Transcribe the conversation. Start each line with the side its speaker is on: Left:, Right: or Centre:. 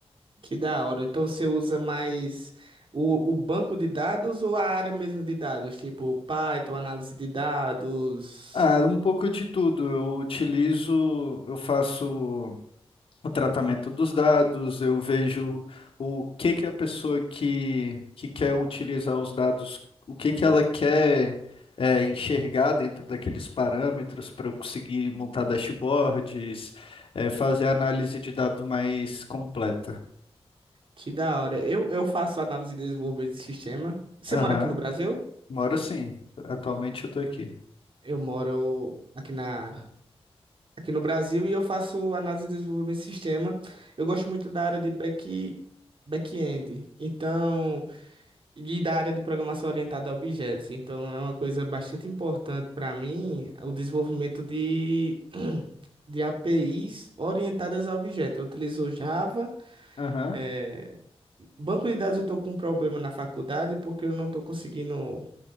Right: Que da hora. Então você usa mais o, o banco de dados ou a área mesmo de dados? Tipo Python, análise de dados.
Left: Ah, um pouco de tudo. Eu utilizo, eu faço. o tratamento dos dados, eu vejo o que que a pessoa que, que quer utilizar os dados, o que que ela quer é, enxergar dentro daqueles parâmetros para eu conseguir montar dashboards, é, fazer análise de dados mais completa.
Right: Que da hora. Eu, eu faço análise de desenvolvimento de sistema. Você
Left: Aham,
Right: mora aqui no Brasil?
Left: moro sim. Atualmente eu estou aqui.
Right: Eu moro aqui na aqui no Brasil e eu faço análise de desenvolvimento de sistema. Eu gosto muito da área de back, back-end, então, e da área de programação orientada a objetos. Então, é uma coisa bastante importante para mim, o desenvolvimento de, <clears throat> de APIs orientadas a objetos. Eu utilizo Java.
Left: Aham,
Right: é, Banco de dados eu estou com um problema na faculdade porque eu não estou conseguindo